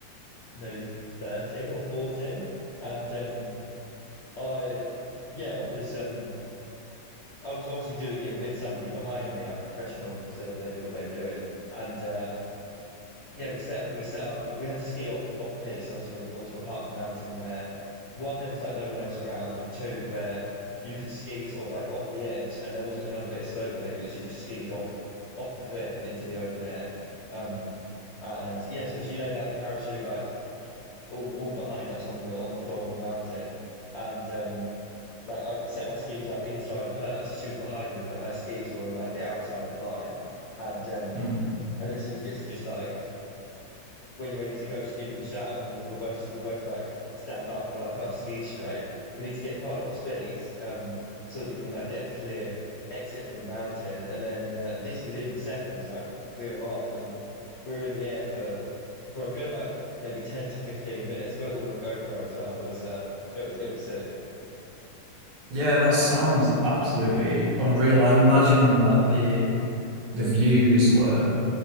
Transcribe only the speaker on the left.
maybe 13 or 14, and um, I yeah, I was um I was obviously doing it with somebody behind me, like a professional, so that they knew what they were doing. And uh, yeah, we set up, we set up, but we had to ski off off piste onto a onto a part of the mountain where one there was like no one else around, and two where you could ski sort of like off the edge, and there wasn't another bit of slope there. You literally just skied off off the cliff and into the open air. Um, and yeah, so she laid out the parachute like all all behind us on the on the floor of the mountain, and um, like I set my skis up inside of hers. She was behind me, but her skis were on like the outside of mine. And um
and then she was literally just like, "When you're ready to go, just give me the shout, and we'll, we'll both we'll both like stand up and we'll like put our skis straight. We need to get quite a lot of speed, um, so that we can like get a clear exit from the mountain." And then uh, literally within seconds, like we were off and we were in the air for for a good like maybe ten to fifteen minutes. Got it all on GoPro as well. It was uh, it was it was sick.